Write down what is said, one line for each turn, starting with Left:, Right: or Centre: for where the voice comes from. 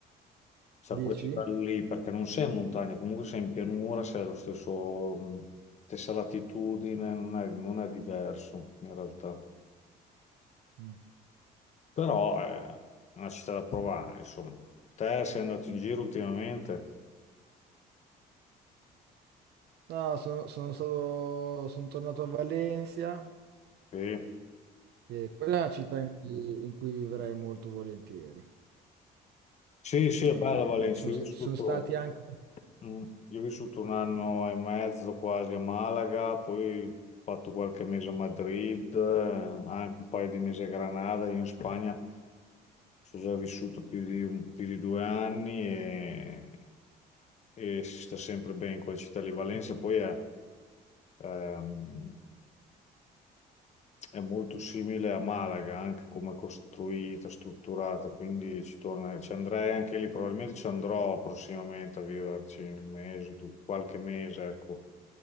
Left: Cioè, a
Right: dici?
Left: quel livello lì, perché non sei in montagna, comunque sei in pianura, sei allo stesso, mh, stessa latitudine, non è, non è diverso in realtà.
Right: Mm.
Left: Però eh, è una città da provare, insomma. Te sei andato in giro ultimamente?
Right: No, sono, sono stato, sono tornato a Valencia,
Left: Sì.
Right: che quella è una città in cui, in cui vivrei molto volentieri.
Left: Sì, sì, è
Right: Eh,
Left: bella Valencia,
Right: ci sono,
Left: io ho vissuto
Right: ci sono stati anche,
Left: Mm, Io ho vissuto un anno e mezzo quasi a Malaga, poi ho fatto qualche mese a Madrid, eh, anche un paio di mesi a Granada, io in Spagna non so se ho vissuto più di, un- più di due anni e, e si sta sempre bene in quella città lì. Valencia poi è, ehm, è molto simile a Malaga, anche come è costruita, strutturata, quindi ci torna- ci andrei anche lì, probabilmente ci andrò prossimamente a viverci un mese, du- qualche mese, ecco.